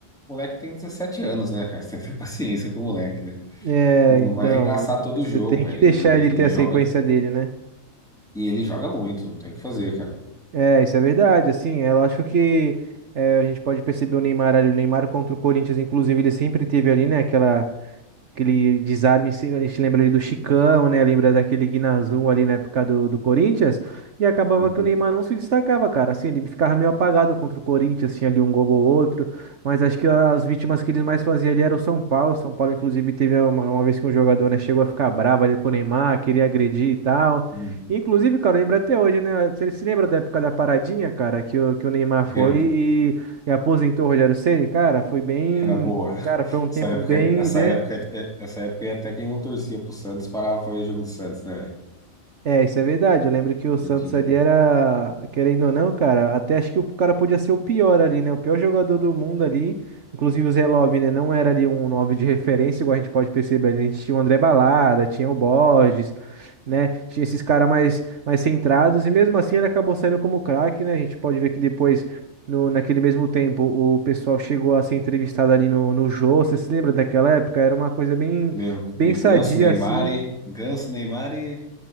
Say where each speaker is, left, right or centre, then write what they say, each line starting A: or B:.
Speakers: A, in the centre; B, on the right.
A: moleque tem 17 anos, né, cara? <laughs> Você tem que ter paciência com o moleque, né?
B: É,
A: Não
B: então,
A: vai arregaçar todo
B: você
A: o jogo,
B: tem
A: velho,
B: que deixar
A: e,
B: ele ter
A: e
B: a
A: joga.
B: sequência dele, né?
A: E ele joga muito, não tem o que fazer, cara.
B: É, isso é verdade, assim, é lógico que é, a gente pode perceber o Neymar ali, o Neymar contra o Corinthians, inclusive, ele sempre teve ali, né, aquela Aquele desarme, sim, a gente lembra ali do Chicão, né? Lembra daquele Guinazum ali na época do, do Corinthians. E acabava
A: Uhum.
B: que o Neymar não se destacava, cara. Assim, ele ficava meio apagado contra o Corinthians, tinha ali um gol ou outro. Mas acho que as vítimas que eles mais faziam ali era o São Paulo. O São Paulo, inclusive, teve uma, uma vez que um jogador, né, chegou a ficar bravo ali com o Neymar, queria agredir e tal.
A: Uhum.
B: Inclusive, cara, lembra até hoje, né? Você se lembra da época da paradinha, cara, que o, que o Neymar
A: Lembro,
B: foi e, e aposentou o Rogério Ceni, cara? Foi bem.
A: era boa. <laughs>
B: Cara, foi um tempo
A: Essa época,
B: bem,
A: essa
B: bem.
A: época, essa época, aí até quem não torcia pro Santos parava pra ver o jogo do Santos, né, velho?
B: É, isso é verdade. Eu lembro que o Santos
A: Não tinha que-
B: ali era, querendo ou não, cara, até acho que o cara podia ser o pior ali, né? O pior jogador do mundo ali. Inclusive o Zé Love, né? Não era ali um 9 de referência, igual a gente pode perceber. A gente tinha o André Balada, tinha o Borges, né? Tinha esses caras mais, mais centrados. E mesmo assim ele acabou saindo como craque, né? A gente pode ver que depois, no, naquele mesmo tempo, o pessoal chegou a ser entrevistado ali no, no Jô. Você se lembra daquela época? Era uma coisa bem,
A: Lembro.
B: bem
A: E
B: sadia,
A: Ganso, Neymar
B: assim.
A: e... Ganso, Neymar e...